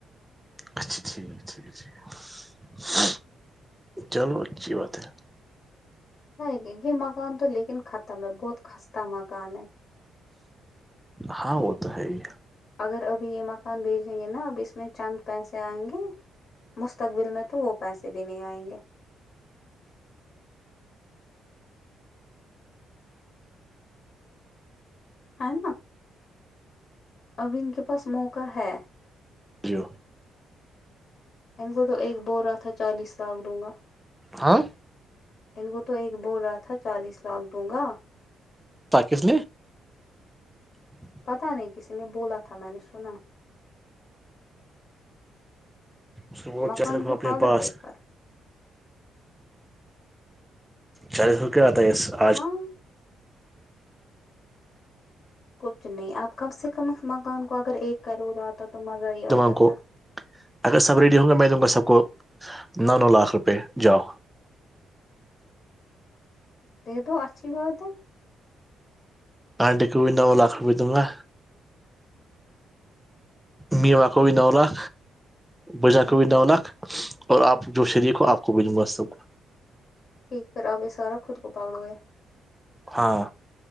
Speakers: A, in the centre; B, on the left.
A: <inaudible>
B: ہ یہ مکان تو لیکن ختم ہے بہت خستہ مکان ہے
A: ہاں وہ تو ہے ہی
B: اگر ابھی یہ مکان بھیجیں گے نا اب اس میں چند پیسے آئیں گے مستقبل میں تو وہ پیسے بھی نہیں آئیں گے ہاں نا ابین کے پاس موقع ہے
A: جیو
B: ان کو تو ایک ب رہا تھا چالیس لاکھ دوں گا
A: ہاں <inaudible>
B: ان کو تو ایک بول رہا تھا چالیس لاکھ دوں گا
A: تاکس نے <inaudible>
B: پتا نہیں کسی نے بولا تھا میں نے سنا
A: ست
B: مکان
A: چترکھ
B: کی
A: اپنے
B: حالت
A: پاس
B: دیکھ کر
A: چالیس سو کیا آتا ہےس آج
B: ہاں کچھ نہیں آپ کم سے کم اس مکان کو اگر ایک کروڑ آتا تو مزہ ہی
A: تمام
B: آ جاتا
A: کو اگر سب ریڈی ہوں گے میں دوں گا سب کو نو نو لاکھ روپئے جاؤ
B: د دو اچھی باتے <unintelligible>
A: آنٹی کو بھی نو لاکھ رپئے دوں گا میوکھی نو لھ بجااکی
B: ٹھیک
A: نو لھ اور آپ جو شریک ہو آپ کو بھیجوں گا سب کو
B: ٹھیک پھر اب یہ سارا خود کو پاڑوئے
A: ہاں